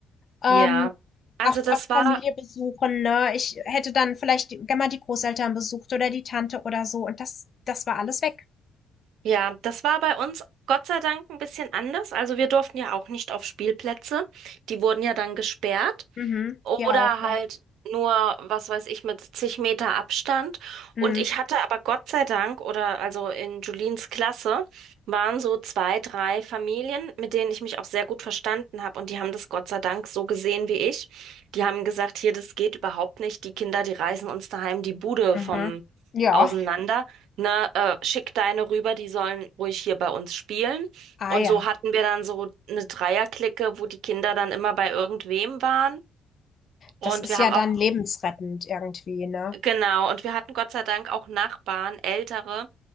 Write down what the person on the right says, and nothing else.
Ja, also
das
war
Ja, das war bei uns Gott sei Dank ein bisschen anders. Also wir durften ja auch nicht auf Spielplätze. Die wurden ja dann gesperrt.
Oder
halt nur, was weiß ich, mit zig Meter Abstand.
Und ich hatte aber Gott sei Dank, oder also in Julines Klasse, waren so zwei, drei Familien, mit denen ich mich auch sehr gut verstanden habe. Und die haben das Gott sei Dank so gesehen wie ich. Die haben gesagt, hier, das geht überhaupt nicht. Die Kinder, die reißen uns daheim die Bude
vom
auseinander. Ne, äh, schick deine rüber, die sollen ruhig hier bei uns spielen.
Und
so hatten wir dann so eine Dreierclique, wo die Kinder dann immer bei irgendwem waren. Und
wir
haben
auch,
genau, und wir hatten Gott sei Dank auch Nachbarn, ältere,